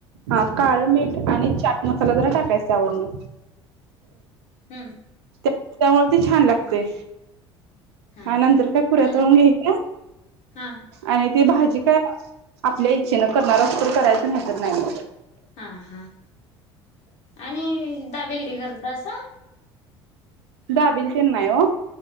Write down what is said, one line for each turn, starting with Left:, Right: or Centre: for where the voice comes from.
Right: हा काळ मीठ आणि चाट मसाला जरा टाकायचा. त्यावरण.
Left: हम्म.
Right: त्यामुळ छान लागतय
Left: हम्म हा
Right: नंतर
Left: हा
Right: काय पुऱ्या
Left: आणि
Right: तळून घ्यायच्या,
Left: हा
Right: आणि ते भाजी काय आपल्या इच्छेनं करणार अस तर करायचं नाही तर नाही
Left: हा हा आणि दाबेली काय करत असं
Right: दाबेली ते नाही हो